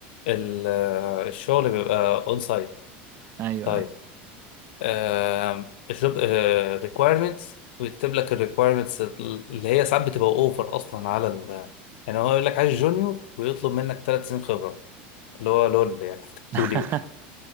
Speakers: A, on the left; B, on the right.
A: ال- آه، الشغل بيبقى اون سايت
B: ايوه
A: طيب
B: ايوه
A: آه الجوب آه requirements ويكتب لك ال requirements اللي هي ساعات بتبقى اوفر اصلا على ال يعني هو يقول لك عايز جونيور ويطلب منك ثلاث سنين خبره اللي هو لول يعني انت بتقول
B: <laughs>
A: ايه